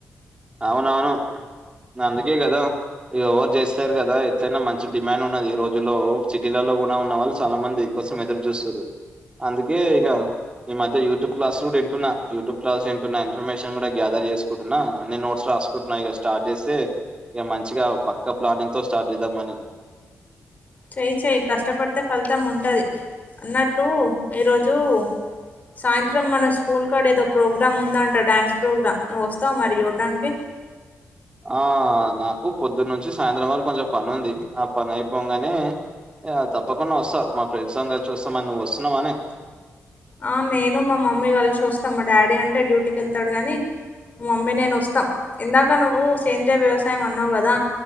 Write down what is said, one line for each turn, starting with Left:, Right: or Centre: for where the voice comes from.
Right: అవునవును అందుకే కద ఇ ఎవరు చేస్తారు కదా ఎట్లయినా మంచి డిమాండ్ ఉన్నది ఈ రోజుల్లో సిటీలలో ఉన్న వాళ్ళు చాల మంది దీనికోసం ఎదురు చూస్తురు అందుకే ఇగ ఈ మధ్య యూట్యూబ్ క్లాస్ కూడాంటున్నా యూట్యూబ్ క్లాస్ంటున్న ఇన్ఫర్మేషన్ కూడా గ్యాదర్ ఎసుకుంటున్నా అన్ని నోట్స్ రాసుకుంటున్నాయి ఇగ స్టార్ట్ చేస్తే ఇగ మంచిగా పక్క ప్లానింగ్ తో స్టార్ట్ చేద్దాంమని
Left: చెయి చేయి కష్టపడితే ఫలితం ఉంటది అన్నట్లు ఈరోజు సాయంత్రం మన స్కూల్ కడ ఏదో ప్రోగ్రామ్ ఉందంట డ్యాన్స్ ప్రోగ్రామ్ నువ్వు వస్తావ మరి చూడ్డానికి
Right: ఆ నాకు పొద్దున్నుంచి సాయంత్రం వరకు కొంచెం పని ఉంది ఆ పని అయిపోంగనే ఇగ తప్పకుండా వస్తా మా ఫ్రెండ్స్ అందరు చూస్తా మ నువ్వు వస్తున్నావానె
Left: ఆ నేను మా మమ్మీ కలిషి వస్తాం మా డాడీ అంటే డ్యూటీకి వెళ్తాడు గని మమమ్మీ నేను వస్తాం ఇందాక నువ్వు సేంద్రీయ వ్యవసాయం అన్నావు గదా